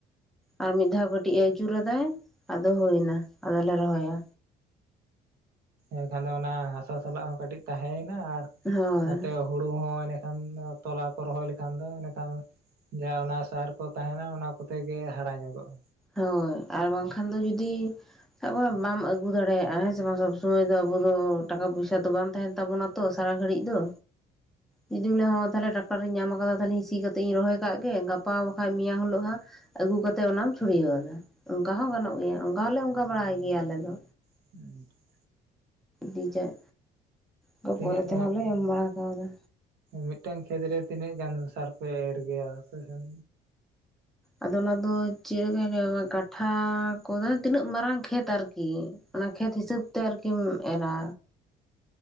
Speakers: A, in the centre; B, on the right.
A: ᱟᱨ ᱢᱤᱫ ᱫᱷᱟᱣ ᱠᱟᱹᱴᱤᱡ ᱮ ᱟᱹᱪᱩᱨ ᱟᱫᱟᱭ, ᱟᱫᱚ ᱦᱳᱭᱱᱟ ᱟᱫᱚᱞᱮ ᱨᱚᱦᱚᱭᱟ᱾
B: ᱮᱠᱷᱮᱱᱫᱚ ᱚᱱᱟ ᱦᱟᱥᱟ ᱥᱟᱞᱟᱜ ᱦᱚᱸ ᱠᱟᱹᱴᱤᱡ ᱛᱟᱦᱮᱸᱭᱮᱱᱟ, ᱟᱨ
A: ᱦᱳᱭ
B: ᱱᱟᱛᱮ ᱦᱚ ᱦᱩᱲᱩ ᱦᱚᱸ ᱮᱸᱰᱮᱠᱷᱟᱱ ᱫᱚ ᱛᱚᱞᱟ ᱠᱚ ᱨᱚᱦᱚᱭ ᱞᱮᱠᱷᱟᱱ ᱫᱚ ᱮᱸᱰᱮᱠᱷᱟᱱ ᱡᱟ ᱚᱱᱟ ᱥᱟᱨ ᱠᱚ ᱛᱟᱦᱮᱱᱟ ᱚᱱᱟ ᱠᱚᱛᱮ ᱜᱮ ᱦᱟᱨᱟ ᱧᱚᱜᱚᱜᱼᱟ᱾
A: ᱦᱳᱭ, ᱟᱨ ᱵᱟᱝᱠᱷᱟᱱ ᱫᱚ ᱡᱩᱫᱤ ᱥᱟᱵ ᱠᱟᱜ ᱢᱮ ᱵᱟᱢ ᱟᱹᱜᱩ ᱫᱟᱲᱮᱭᱟᱜᱼᱟ, ᱦᱮᱸ ᱥᱮ ᱵᱟᱝ ᱥᱚᱵ ᱥᱚᱢᱚᱭ ᱫᱚ ᱟᱵᱚ ᱫᱚ ᱴᱟᱠᱟ ᱯᱚᱭᱥᱟ ᱛᱚ, ᱵᱟᱝ ᱛᱟᱦᱮᱱ ᱛᱟᱵᱚᱱᱟ ᱛᱚ ᱥᱟᱨᱟ ᱜᱷᱟᱹᱲᱤᱡ ᱫᱚ᱾ ᱡᱩᱫᱤᱢ ᱞᱮᱭᱟ ᱦᱚᱸ ᱛᱟᱦᱚᱞᱮ ᱴᱟᱠ ᱴᱟᱨ ᱤᱧ ᱧᱟᱢ ᱟᱠᱟᱫᱟ ᱛᱟᱦᱚᱞᱮᱧ ᱥᱤ ᱠᱟᱛᱮᱜ ᱤᱧ ᱨᱚᱦᱚᱭ ᱠᱟᱜ ᱜᱮ, ᱜᱟᱯᱟ ᱵᱟᱠᱟᱡ ᱢᱮᱭᱟᱝ ᱦᱳᱞᱳᱜ ᱦᱟᱸᱜ ᱟᱸᱜᱩ ᱠᱟᱛᱮ ᱚᱱᱟᱢ ᱪᱷᱩᱲᱭᱟᱹᱣ ᱟᱞᱮ, ᱚᱝᱠᱟ ᱦᱚᱸ ᱜᱟᱱᱚᱜ ᱜᱮᱭᱟ ᱚᱝᱠᱟ ᱦᱚᱸᱞᱮ ᱚᱝᱠᱟ ᱵᱟᱲᱟᱭ ᱜᱮᱭᱟ ᱟᱞᱮ ᱫᱚ᱾
B: <inaudible>
A: ᱫᱤᱡᱟᱜ ᱛᱚ
B: ᱛᱤᱱᱟᱹᱜ
A: ᱯᱚᱨᱮ ᱛᱮᱦᱚᱸᱞᱮ ᱮᱢ ᱵᱟᱲᱟ ᱠᱟᱣᱫᱟ᱾
B: ᱢᱤᱫᱴᱟᱝ ᱠᱷᱮᱛ ᱨᱮ ᱛᱤᱱᱟᱹᱜ ᱜᱟᱱ ᱥᱟᱨ ᱯᱮ ᱮᱨ ᱜᱮᱭᱟ ᱟᱯᱮ ᱥᱮᱱ?
A: ᱟᱫᱚ ᱚᱱᱟ ᱫᱚ ᱪᱮᱫ ᱮᱠᱟᱧ ᱞᱟᱹᱭᱟᱢᱟ ᱠᱟᱴᱷᱟ ᱠᱚᱫᱟ ᱛᱤᱱᱟᱹᱜ ᱢᱟᱨᱟᱝ ᱠᱷᱮᱛ ᱟᱨᱠᱤ ᱚᱱᱟ ᱠᱷᱮᱛ ᱦᱤᱥᱟᱹᱵ ᱛᱮ ᱟᱨᱠᱤᱢ ᱮᱨᱟ᱾